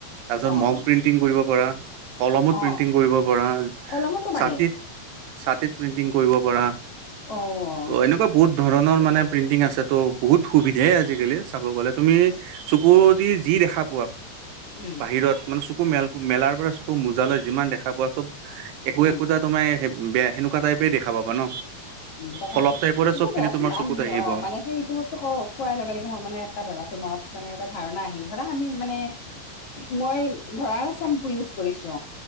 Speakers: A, on the right; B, on the left.
A: তাৰপিছত
B: অ
A: মগ
B: অ
A: প্ৰিন্টিং
B: অ
A: কৰিব পৰা, কলমত
B: অ
A: প্ৰিন্টিং কৰিব পৰা।
B: কলমতো
A: ছাতিত
B: পাৰি।
A: ছাতিত প্ৰিণ্টিং কৰিব পৰা।
B: অ।
A: ত' এনেকুৱা বহুত ধৰণৰ মানে প্ৰিণ্টিং আছে ত' বহুত সুবিধাই
B: উম
A: আজিকালি। চাব গলে, তুমি চকু দি যি দেখা পোৱা
B: উম
A: বাহিৰত মানে চ কু মেল মেলাৰ পৰা চকু মোজা লৈ যিমান দেখা পোৱা চব একো
B: উম
A: একোতাত তোমাৰ সে বেয়া সেনেকুৱা টাইপে দেখা পাবা ন।
B: উম তাকে
A: ফলক
B: তাকে,
A: টাইপৰে
B: এতিয়া
A: চবখিনি
B: ধৰাচোন
A: তোমাৰ চকুত
B: আমি
A: আহিব।
B: অ মানে সেই এইটো বস্তু কও। খোৱাৰ লগে লগে মোৰ মানে এটা ধৰাচোন মনত মানে এটা ধাৰণা আহিল ধৰা আমি মানে মই ধৰা চেম্পু ইউজ কৰিছো